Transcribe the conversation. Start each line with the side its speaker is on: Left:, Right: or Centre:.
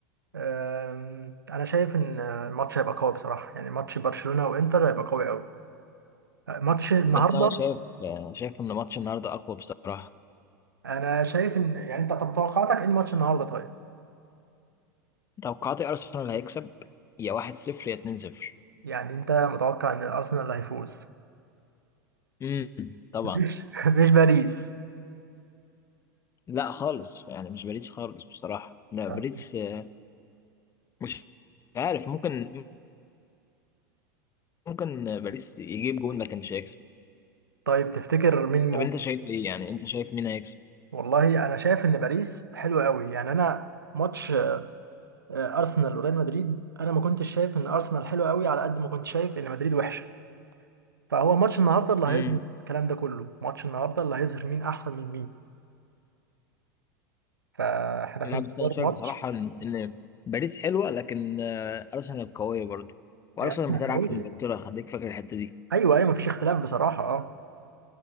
Right: أم، انا شايف ان الماتش هيبقى قوي بصراحه يعني ماتش برشلونه وانتر هيبقى قوي قوي ماتش النهارده
Left: بس أنا شايف آه، شايف إن ماتش النهاردة أقوى بصراحة
Right: انا شايف ان يعني انت طب توقعاتك ايه الماتش النهارده طيب
Left: توقعاتي أرسنال هيكسب يا 1-0 يا 2-0
Right: يعني انت متوقع ان الارسنال اللي هيفوز
Left: امم طبعا
Right: مش <laughs> مش باريس
Left: لا خالص يعني مش باريس خالص بصراحة لا
Right: طب-
Left: باريس آه، مش عارف ممكن ممكن باريس يجيب جون لكن مش هيكسب
Right: طيب تفتكر مين ممكن
Left: طب أنت شايف إيه يعني أنت شايف مين هيكسب؟
Right: والله انا شايف ان باريس حلو قوي يعني انا ماتش آه، ارسنال وريال مدريد انا ما كنتش شايف ان ارسنال حلو قوي على قد ما كنت شايف ان مدريد وحشه فهو ماتش النهارده اللي هيظهر
Left: امم
Right: الكلام ده كله ماتش النهارده اللي هيظهر مين احسن من مين فاحنا
Left: لا
Right: في انتظار
Left: بس انا شايف
Right: ماتش
Left: بصراحه ان إن باريس حلوه لكن آه، ارسنال قويه برضه وارسنال
Right: يعني
Left: بتلعب
Right: قوية
Left: في انجلترا خليك فاكر الحته دي
Right: ايوه ايوه مفيش اختلاف بصراحه اه